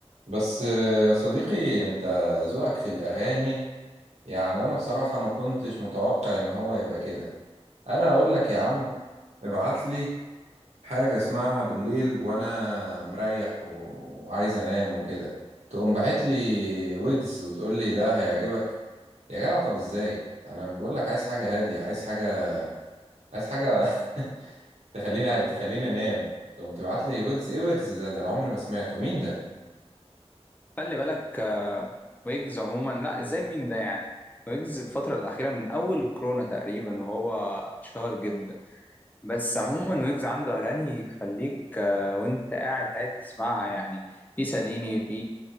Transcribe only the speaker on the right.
بس آه، يا صديقي انت ذوقك في الاغاني يعني انا بصراحة ما كنتش متوقع ان هو يبقى كده انا اقول لك يا عم ابعت لي حاجة اسمعها بالليل وانا مريح و... وعايز انام وكده تقوم باعت لي ويجز وتقول لي ده هيعجبك يا جدع طب ازاي انا بقول لك عايز حاجة هادية عايز حاجة عايز حاجة <laughs> تخليني تخليني انام تقوم تبعت لي ويجز ايه ويجز ده ده انا عمري ما سمعته مين